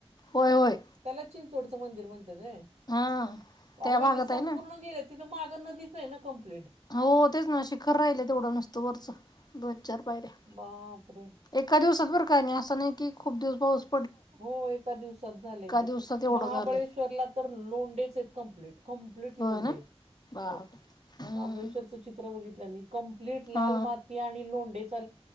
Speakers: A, on the left; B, on the right.
A: होय होय
B: त्याला चिंचोडचं मंदिर म्हणतात
A: हा त्या
B: अगं बाई
A: भागात
B: ते संपूर्ण
A: आहे ना
B: गेले तिथं मागं नदीचं कम्पलेट
A: हो तेच ना शिखर राहिले तेवढं नुसतं वरचं दोन चार पायऱ्या
B: बापरे
A: एका दिवसच बर काय नाही असं नाही की खूप दिवस पाऊच
B: हो एका दिवसात झालेय ते
A: दिवसात एवढं
B: महाबळेश्वरला
A: झालंय
B: तर लोंडेच आहेत कंप्लीट क लेट लंडे
A: होय ना बाप
B: हो
A: हम्म
B: महाबळेश्वरचं चित्र बघितलं मी कंप्लीट लाल
A: हा
B: माती आणि लोंडे चा